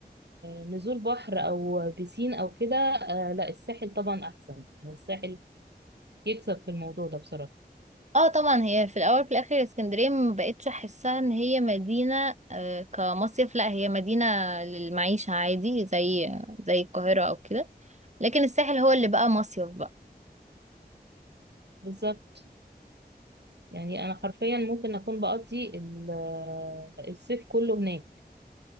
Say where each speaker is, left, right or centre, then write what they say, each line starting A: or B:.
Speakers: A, on the right; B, on the right.
A: كنزول بحر او بيسين او كده آه، لا الساحل طبعا احسن يعني الساحل يكسب في الموضوع ده بصراحة
B: اه طبعا هي في الاول في الاخر اسكندرية ما بقتش احسها ان هي مدينة آه، كمصيف لا هي مدينة للمعيشة عادي زي زي القاهرة او كده لكن الساحل هو اللي بقى مصيف بقى
A: بالظبط يعني انا حرفيا ممكن اكون بقضي ال- آه، الصيف كله هناك